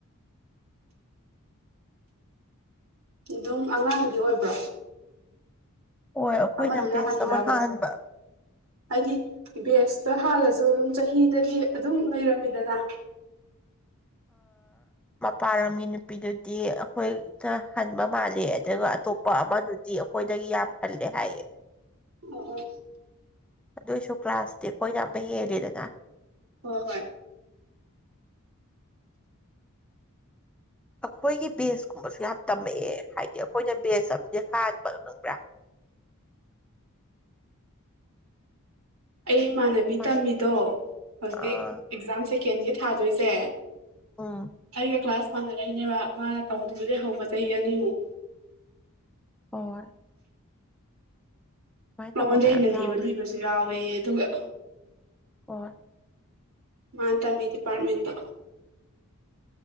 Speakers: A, on the right (about 75°); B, in the centre.
A: ꯑꯗꯨꯝ ꯑꯉꯥꯡꯗꯤ ꯑꯣꯏꯕ꯭ꯔꯥ꯫
B: ꯍꯣꯏ ꯑꯩꯈꯣꯏꯅ
A: ꯑꯃꯗꯨꯅ
B: ꯕꯦꯁ
A: ꯍꯥꯟꯕ꯭ꯔꯕ꯫
B: ꯑꯃ ꯍꯥꯟꯕ
A: ꯍꯥꯏꯗꯤ ꯕꯦꯁꯇ ꯍꯥꯜꯂꯁꯨ ꯑꯗꯨꯝ ꯆꯍꯤꯗꯗꯤ ꯑꯗꯨꯝ ꯂꯩꯔꯝꯃꯤꯗꯅ꯫
B: ꯃꯄꯥꯥꯟ ꯂꯝꯒꯤ ꯅꯨꯄꯤꯗꯨꯗꯤ ꯑꯩꯈꯣꯏ꯫ ꯛꯇ ꯍꯟꯕ ꯃꯥꯜꯂꯦ ꯑꯗꯨꯒ ꯑꯇꯣꯞꯄ ꯑꯃꯗꯨꯗꯤ ꯑꯩꯈꯣꯏꯗꯒꯤ ꯌꯥꯝ ꯍꯜꯂꯦ ꯍꯥꯏꯌꯦ
A: ꯑꯣ ꯑꯣ
B: ꯑꯗꯨꯏꯁꯨ ꯀ꯭ꯂꯥꯁꯇꯤ ꯑꯩꯈꯣꯏꯅ ꯑꯃ ꯍꯦꯜꯂꯦꯗꯅ
A: ꯍꯣꯏ ꯍꯣꯏ
B: ꯑꯩꯈꯣꯏꯒꯤ ꯕꯦꯟꯁ ꯀꯨꯝꯕꯁꯨ ꯌꯥꯝ ꯇꯝꯃꯛꯑꯦ ꯍꯥꯏꯗꯤ ꯑꯩꯈꯣꯏꯅ ꯕꯦꯟꯁ ꯑ ꯍꯥꯟꯕ ꯈꯪꯕ꯭ꯔꯥ
A: ꯑꯩ ꯏꯃꯥꯟꯅꯕꯤ
B: ꯑꯗꯨꯃꯥꯏꯅ
A: ꯇꯝꯃꯤꯗꯣ ꯍꯧꯖꯤꯛ
B: ꯑꯥ
A: ꯑꯦꯛꯖꯥꯝ ꯁꯦꯀꯦꯟꯒꯤ ꯊꯥꯗꯣꯏꯁꯦ
B: ꯎꯝ
A: ꯑꯩꯒ ꯀ꯭ꯂꯥꯁ ꯃꯥꯟꯅꯔꯛꯏꯅꯦꯕ ꯃꯥꯅ ꯇꯧꯗ꯭ꯔꯤꯕꯗꯒꯤ ꯍꯧꯕ ꯆꯍꯤ ꯑꯅꯤꯃꯨꯛ
B: ꯍ
A: ꯃꯉꯣꯟꯗ
B: ꯇꯧꯕ ꯃꯌꯥꯝ
A: ꯍꯦꯟꯅ
B: ꯌꯥꯎꯋꯦ
A: ꯂꯤꯕ ꯂꯤꯕꯁꯨ ꯌꯥꯎꯋꯦ ꯑꯗꯨꯒ
B: ꯑꯣ
A: ꯃꯥ ꯇꯝ ꯗꯤꯄꯥꯔꯠꯃꯦꯟꯗꯣ